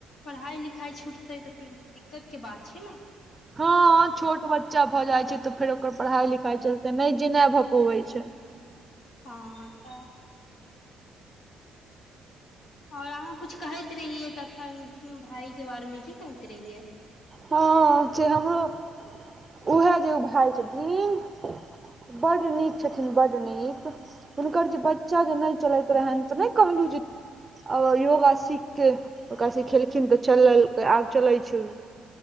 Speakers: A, on the left; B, on the right.
A: पढ़ाइ लिखाइ छुटतै तऽ, फेर दिक्कतके बात छै, न
B: हँ, छोट बच्चा भए जाइ छै, तऽ फेर ओकर पढ़ाई लिखाई चलते नहि जेना भए पबैत छै।
A: हँ, त आओर अहाँ कुछ कहैत रहियै तखन भायके बारेमे की कहैत रहियै।
B: हँ, हमरो उएह जे ओ भाय छथिन बड नीक छथिन बड नीक। हुनकर जे बच्चा जे नहि चलैत रहनि तऽ नहि कहलहु योगा सीख के ओकरा सीखेलखिन तऽ चल आब चलै छै।